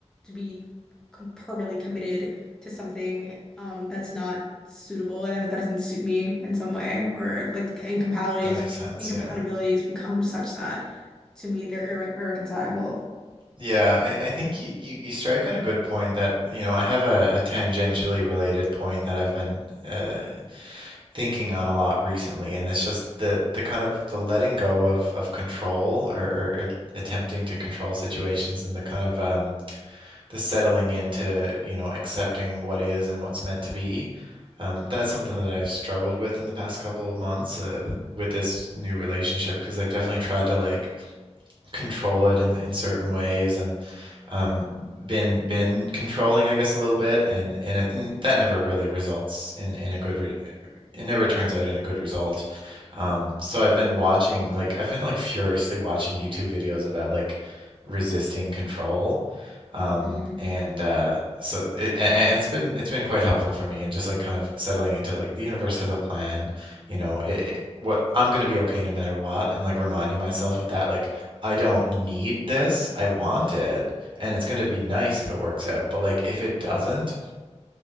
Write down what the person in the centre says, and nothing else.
to be com permanently committed to something um that's not suitable that that doesn't suit me in some way, or if like incompatibilities
incompatibilities
become such that to me, they're irre irreconcilable.
Mm,
mm,